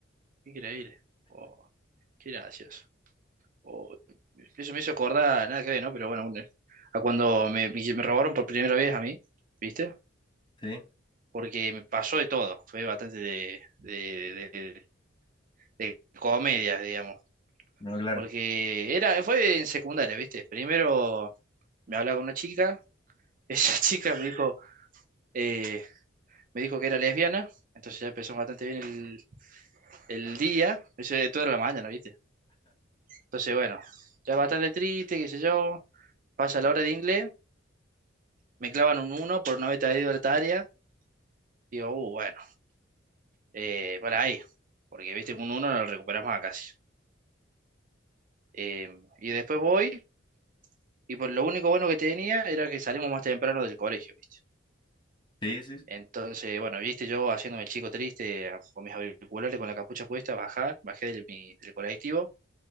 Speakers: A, on the right; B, on the left.
A: increíble. Oh, qué gracioso. o- eso me hizo acordar, nada que ver, ¿no? Pero bueno, un- a cuando me, me- robaron por primera vez a mí, ¿viste?
B: Sí,
A: Porque me pasó de todo, fue bastante de, de, de, de- de comedia, digamos.
B: no, claro.
A: Porque era, fue en secundaria, ¿viste? Primero me hablaba con una chica, esa <laughs> chica me dijo, eh, me dijo que era lesbiana, entonces ya empezó bastante bien el, el día, eso de toda la mañana, ¿viste? Entonces, bueno, ya bastante triste, qué sé yo, pasa la hora de inglés. me clavan un uno por no haber traído el área. Digo, uh, bueno, eh, para ahí, porque viste que un uno no lo recuperas más casi. Eh, y después voy, y por, lo único bueno que tenía era que salimos más temprano del colegio, viste.
B: Sí, sí. sí.
A: Entonces, bueno, viste yo haciéndome el chico triste, a- con mis auriculares, con la capucha puesta, bajar, bajé del, mi- del colectivo,